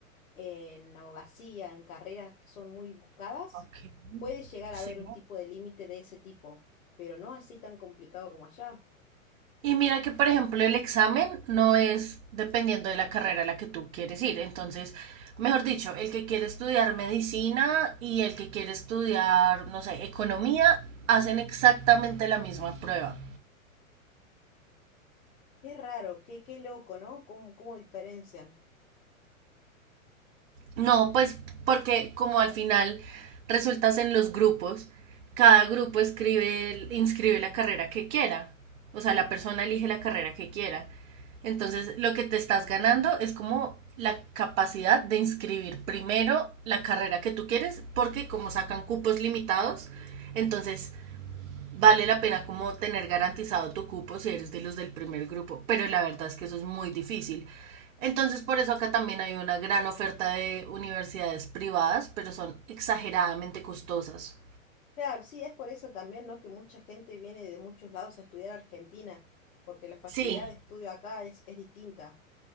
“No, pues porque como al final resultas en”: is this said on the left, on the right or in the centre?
Right